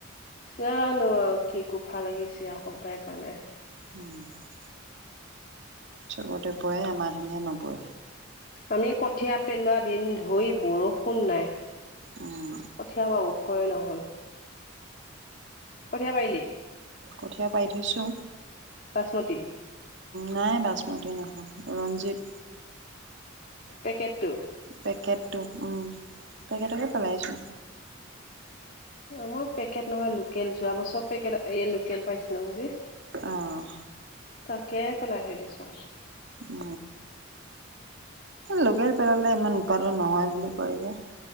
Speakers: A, on the left; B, on the right.
A: জানো আৰু কি কোফা লাগিছে ক'বাই পাৰা নাই
B: <inaudible> সবতে পৰে, আমাৰখিনিহে নপৰে
A: আমি কঠীয়া পেলোৱা দিন ধৰি বৰষুণ নাই
B: উম
A: কঠীয়াবোৰ‌ ওখয়ে নহল কঠীয়া পাৰিলি?
B: কঠীয়া পাৰি থৈছো
A: বাচমতি
B: নাই বাচমতি, নহয় ৰঞ্জিত
A: পেকেটটো
B: পেকেটটো উম, পেকেটকে পেলাইছো
A: মই পেকেট নহয়, লোকেল যোৱা বছৰ পেকেট এই লোকেল পাইছিলো যে
B: অ',
A: <unintelligible> লাগে দিছো
B: উ, লোকেল পেলালে, ইমান উৎপাদন নহয় বুলি কয় যে